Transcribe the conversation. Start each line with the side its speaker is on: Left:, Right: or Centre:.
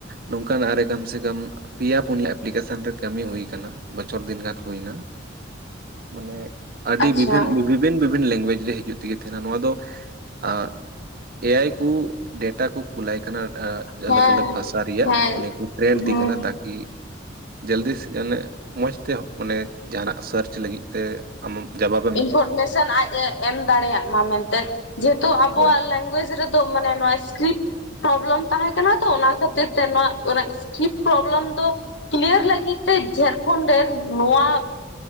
Right: ᱱᱚᱝᱠᱟ ᱱᱟᱜ ᱨᱮ ᱠᱟᱢ ᱥᱮ ᱠᱟᱢ ᱯᱮᱭᱟ ᱯᱩᱱᱭᱟ ᱮᱯᱞᱤᱠᱮᱥᱚᱱ ᱨᱮ ᱠᱟᱹᱢᱤ ᱦᱩᱭ ᱠᱟᱱᱟ ᱵᱚᱪᱷᱚᱨ ᱫᱤᱱ ᱜᱟᱱ ᱦᱩᱭᱱᱟ᱾ ᱢᱟᱱᱮ ᱟᱹᱰᱤ
Left: ᱟᱪᱪᱷᱟ
Right: ᱵᱤ ᱵᱤᱵᱷᱤᱱ ᱵᱤᱵᱷᱤᱱ ᱞᱮᱝᱜᱩᱭᱮᱡᱽ ᱨᱮ ᱦᱤᱡᱩᱜ ᱛᱮ ᱜᱮ ᱛᱟᱦᱮᱱᱟ ᱱᱚᱣᱟ ᱫᱚ ᱟᱸ ᱮᱭᱟᱭ ᱠᱩ ᱰᱮᱴᱟ ᱠᱚ ᱠᱩᱞ ᱟᱭ ᱠᱟᱱᱟ ᱟᱻ ᱾
Left: ᱦᱮᱸ
Right: ᱟᱞᱟᱜᱽ ᱟᱞᱟᱜᱽ ᱵᱷᱟᱥᱟ ᱨᱮᱭᱟᱜ
Left: ᱦᱮᱸ
Right: ᱩᱱᱤ ᱠᱚᱴᱨᱮᱱᱰ
Left: ᱦᱮᱸ
Right: ᱤᱫᱤᱭᱮ ᱠᱟᱱᱟ ᱛᱟᱠᱤᱼᱼ ᱡᱚᱞᱫᱤ ᱥᱮ ᱚᱱᱮ ᱢᱚᱸᱡᱽ ᱛᱮ ᱢᱟᱱᱮ ᱡᱟᱦᱟ ᱱᱟᱜ ᱥᱟᱨᱪ ᱞᱟᱹᱜᱤᱫ ᱛᱮ ᱟᱢᱮᱜ ᱡᱚᱸᱵᱟᱵ ᱾
Left: ᱤᱱᱯᱷᱚᱨᱢᱮᱥᱚᱱ ᱟᱡ ᱮ ᱮᱢ ᱫᱟᱲᱮᱭᱟᱜ ᱢᱟ ᱢᱮᱱᱛᱮ, ᱡᱮᱦᱮᱛᱩ ᱟᱵᱚᱣᱟᱜ
Right: ᱦᱳᱭ
Left: ᱞᱮᱝᱜᱩᱭᱮᱡᱽ ᱨᱮᱼᱼ ᱱᱤᱛᱚ ᱢᱟᱱᱮ ᱱᱚᱣᱟ ᱥᱠᱨᱤᱯᱰᱼᱼ ᱯᱨᱳᱵᱞᱮᱢ ᱛᱟᱦᱮᱸ ᱠᱟᱱᱟ ᱛᱚ, ᱚᱱᱟ ᱠᱷᱟᱹᱛᱤᱨ ᱛᱮ ᱱᱚᱣᱟ ᱥᱠᱨᱤᱯᱰ ᱯᱨᱚᱵᱞᱮᱢ ᱫᱚᱼᱼ ᱠᱞᱤᱭᱟᱨ ᱞᱟᱹᱜᱤᱫ ᱛᱮ ᱡᱷᱟᱲᱠᱷᱚᱸᱰ ᱨᱮᱱ ᱱᱚᱣᱟ